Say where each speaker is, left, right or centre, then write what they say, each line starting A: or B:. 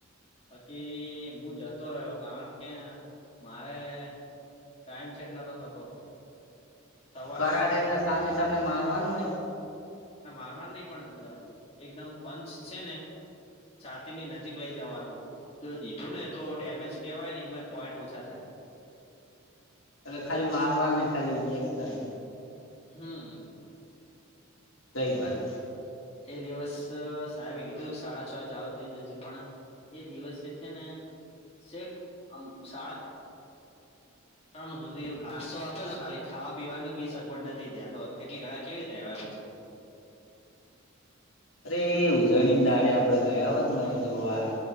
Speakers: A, on the left; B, on the left.
A: પછી હું જતો રહ્યો કારણ કે હેને મારે ટાઈમ સેટ નતો થતો સવારના
B: કરાડે એટલે સામે સામેને મારવાનું હોય
A: ના મારવા નહી પણ એકદમ પંચ છે ને છાતીની નજીક લઈ જવાનું જો દીધું ને તો ડેમેજ કેવાય ને એ પોઈન્ટ ઓછા થાય
B: અરે ખાલી મારવા નહી ખાલી એક્શન
A: હમ્મ.
B: સહી બાત
A: એ દિવસ અ સાહેબે કીધું સાડા છો એ ચાલુ થઈ જશે પણ એ દિવસે છે ને શેખ આમ શાળા રણુંજ સુધી નાસ્તો આપયો તો ખાલી ખાવા પીવાનું ભી વડ નથી ત્યા તો એટલી ઘણા કેવી રીતે રેવાય હવે પછી
B: અરે ઉજણીની દાળે આપડે ગયા હોત ને જોવા